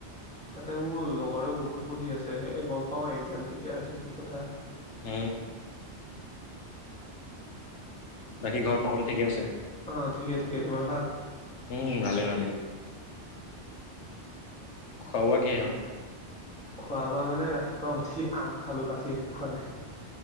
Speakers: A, in the centre; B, on the left.
A: তাতে মোৰ লগৰও বহুত পঢ়ি আছে। সেইয়ে গম পাওঁ একজাম কেতিয়া আছে, কি কথা।
B: উ বাকী ঘৰত সকলো ঠিকেই আছে?
A: অঁ ঠিকে তোমাৰ ভাল?
B: উম ভালে ভালেই। খোৱা-বোৱা কি হ'ল?
A: খোৱা-বোৱা মানে ৰাতিপুৱা উঠি আম খালো, বাকী একো খোৱা নাই।